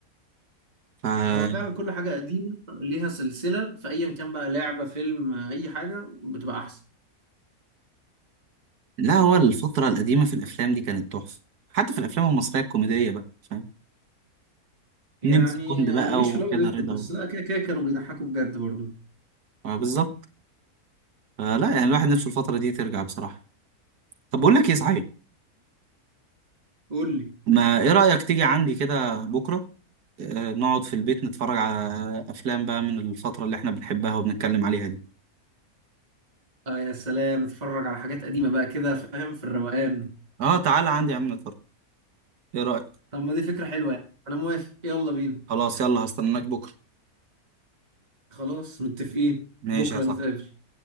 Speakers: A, on the right (about 90°); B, on the right (about 30°).
A: ف
B: هو فعلا كل حاجه قديمه ليها سلسله في ايا كان بقى لعبه فيلم اي حاجه بتبقى احسن
A: لا هو الفتره القديمه في الافلام دي كانت تحفه حتى في الافلام المصريه الكوميديه بقى فاهم
B: يعني
A: نمسي كوند بقى
B: انا ماليش
A: وكده
B: في الابيض والاسود
A: رضا
B: بس
A: و...
B: لا كده كده كانوا بيضحكوا بجد برضو
A: آه، بالظبط فلا يعني الواحد نفسه الفتره دي ترجع بصراحه طب بقول لك ايه صحيح
B: قول لي
A: ما ايه رأيك تيجي عندي كده بكرة آه، نقعد في البيت نتفرج على افلام بقى من الفترة اللي احنا بنحبها وبنتكلم عليها دي
B: اه يا سلام اتفرج على حاجات قديمه بقى كده فاهم في الروقان
A: اه تعالى عندي يا عم نتفرج ايه رأيك
B: طب ما دي فكرة حلوة يعني أنا موافق يلا بينا
A: خلاص يلا هستناك بكرة
B: خلاص متفقين
A: ماشي
B: بكرة
A: يا صاحبي
B: نتقابل